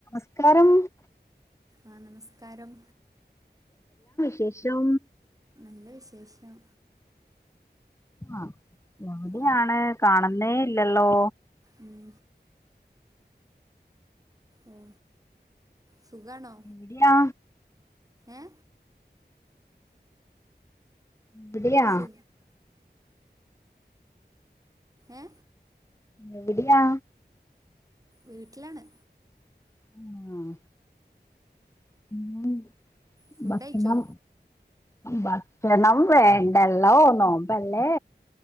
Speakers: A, on the left; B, on the right.
A: സ്കാരം
B: ആ നമസ്കാരം
A: ശേഷം
B: നല്ല വിശേഷം
A: ആ എവിടെയാണ്
B: ആ
A: കാണുന്നേ ഇല്ലല്ലോ
B: ഉം ഓ സുഖണോ
A: എവിടെയാ
B: ഏ
A: വിടിയാ
B: സു ഏ
A: എവിടയാ
B: വീട്ടിലാണ്
A: ആഹ് <unintelligible>
B: ഫുഡ്
A: ഭക്ഷണം
B: കഴിച്ചോ
A: ഭക്ഷണം വേണ്ടല നോമ്പല്ലേ